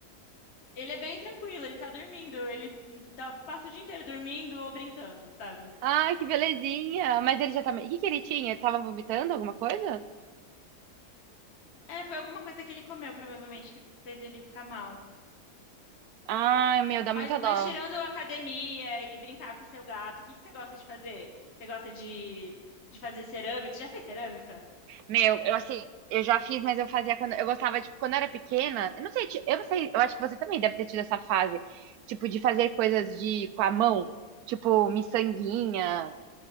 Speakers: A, on the left; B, on the right.
A: Ele é bem tranquilo, ele tá dormindo, ele hum, tá, passa o dia inteiro dormindo ou brincando, sabe?
B: Ai, que belezinha. Mas ele já tá. meio- O que que ele tinha? Ele tava vomitando alguma coisa?
A: É, foi alguma coisa que ele comeu, provavelmente, que fez ele ficar mal.
B: Ai, meu, dá
A: Mas,
B: muita
A: mas
B: dó.
A: tirando a academia e brincar com o seu gato, o que que você gosta de fazer? Você gosta de, de fazer cerâmica? Já fez cerâmica?
B: Meu, eu assim, eu já fiz, mas eu fazia quando eu gostava, tipo, quando eu era pequena. Eu não sei, ti- eu não sei, eu acho que você também deve ter tido essa fase, tipo, de fazer coisas de com a mão, tipo, miçanguinha.